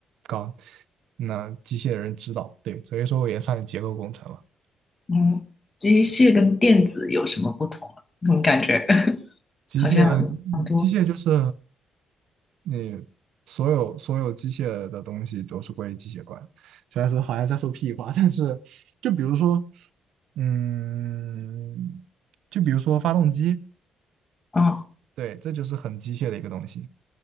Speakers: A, on the right (about 80°); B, on the left (about 30°).
A: 搞那机械人知道，对，所以说我也算是结构工程了。
B: 嗯，机械跟电子有什么不同啊？怎么感觉 <laughs>
A: 机械，
B: 好像差不多？
A: 机械就是你所有所有机械的东西都是归机械管。虽然说好像在说屁话，但是就比如说，嗯，就比如说发动机，
B: 哦
A: 对，这就是很机械的一个东西。